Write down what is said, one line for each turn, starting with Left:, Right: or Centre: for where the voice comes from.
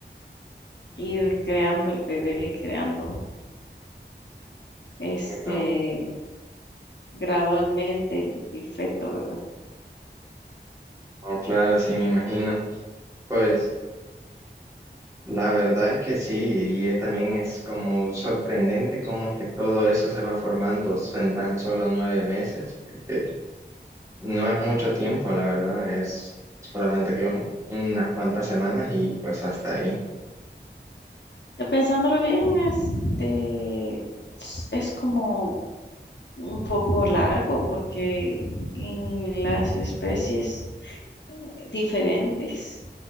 Left: ir creando el bebé, creando este,
Right: No,
Left: gradualmente el, el feto, ¿verdad?
Right: no, claro, sí, me imagino. Pues. La verdad es que sí, y es- también es como sorprendente cómo es que todo eso se va formando en tan solo nueve meses, que no es mucho tiempo, la verdad, es solamente que un- unas cuantas semanas y pues hasta ahí.
Left: Ya pensándolo bien, este, es es como un poco largo porque en las especies diferentes